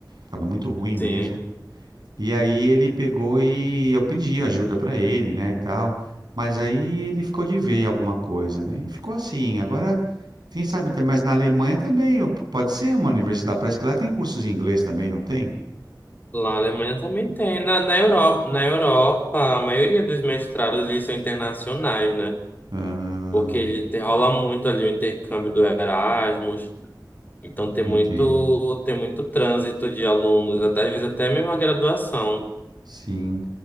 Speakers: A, on the right; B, on the left.
A: Tava muito ruim mesmo.
B: Sim.
A: E aí ele pegou e eu pedi ajuda pra ele, né, e tal. Mas aí ele ficou de ver alguma coisa, né? E ficou assim. Agora, quem sabe, tam- mas na Alemanha também ó, pode ser uma universidade. Parece que lá tem cursos em inglês também, não tem?
B: Lá na Alemanha também tem. Na, na Europa, na Europa, a maioria dos mestrados eles são internacionais, né?
A: Ah,
B: Porque ele tem- rola muito ali o intercâmbio do Erasmus, então tem
A: entendo.
B: muito, tem muito trânsito de alunos, até, às vezes até mesmo a graduação.
A: Sim.